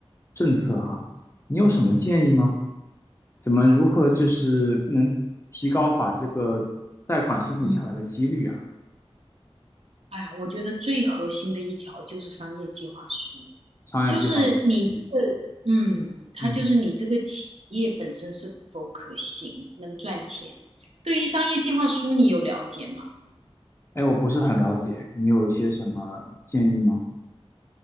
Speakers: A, on the left; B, on the right.
A: 政策哈，
B: 嗯
A: 你有什么建议吗？
B: 嗯
A: 怎么如何就是能提高把这个贷款申请下来的几率啊？
B: 嗯，哎呀，我觉得最核心的一条就是商业计划书，
A: 商业计划书，
B: 就是你这个，嗯，它就是你这个企业本身是否可行，
A: 嗯，
B: 能赚钱。对于商业计划书，你有了解吗？
A: 哎，我不是很了解，你有一些什么建议吗？